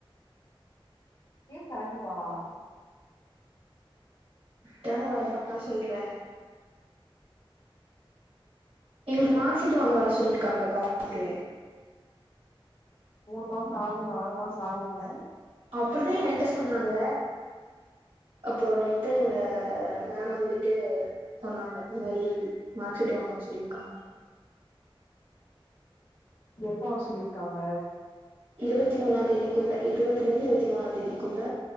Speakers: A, on the left (about 75°); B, on the right (about 80°).
A: ஏ கெளம்பி வா
B: தேங்கா இருக்கு பொய் சொல்டேன் எனக்கு மார்க்சீட்டு வாங்க வர சொல்லிருக்காங்க காலேஜ்சுக்கு
A: மூணு மாசம் ஆகும் நாலு மாசம் ஆகுன்ன
B: அப்புடிதா ஏன்ட சொன்னாங்க அப்றோ நேத்து எங்க மேம் வந்துட்டு சொன்னாங்க இந்த மாதிரி மார்க்சீட்டு வாங்க வர சொல்லிருக்காங்க
A: எப்ப வர சொல்லிருக்காங்க
B: இருவத்தி மூணாம் தேதிக்குள்ள இருவதுல இருந்து இருவத்தி நாலாந் தேதிக்குள்ள